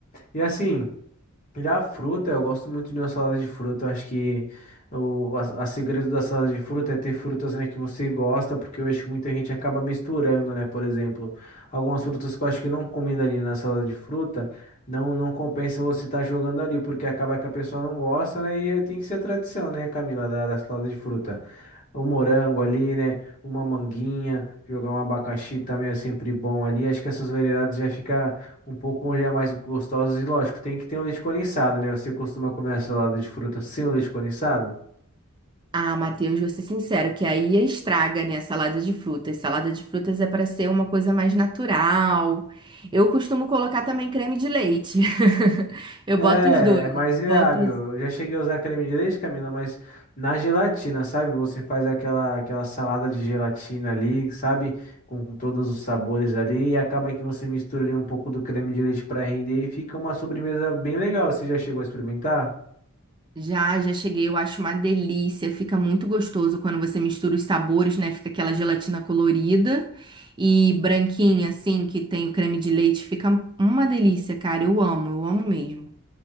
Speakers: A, on the left; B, on the right.
A: E assim. Já a fruta, eu gosto muito de uma salada de fruta. Eu acho que o a, a segredo da salada de fruta é ter frutas, né, que você gosta, porque eu acho que muita gente acaba misturando, né? Por exemplo, algumas frutas que eu acho que não combina ali na salada de fruta, não não compensa você estar jogando ali, porque acaba que a pessoa não gosta, né? E tem que ser tradição, né, Camila, da, da salada de fruta. O morango ali, né? Uma manguinha, jogar um abacaxi também é sempre bom ali. Acho que essas variedades já fica um pouco já mais gostosos e lógico, tem que ter um leite condensado, né? Você costuma comer a salada de fruta sem o leite condensado?
B: Ah, Matheus, vou ser sincero, que aí estraga, né, a salada de frutas. Salada de frutas é para ser uma coisa mais natural. Eu costumo colocar também creme de leite. <laughs> Eu boto
A: É,
B: os dois.
A: é mais viável.
B: Boto
A: Eu já cheguei a usar creme de leite, Camila, mas na gelatina, sabe? Você faz aquela, aquela salada de gelatina ali, sabe? Com, com todos os sabores ali, e acaba que você mistura ali um pouco do creme de leite para render e fica uma sobremesa bem legal. Você já chegou a experimentar?
B: Já, já cheguei, eu acho uma delícia. Fica muito gostoso quando você mistura os sabores, né? Fica aquela gelatina colorida e branquinha, assim, que tem o creme de leite. Fica uma delícia, cara. Eu amo, eu amo mesmo.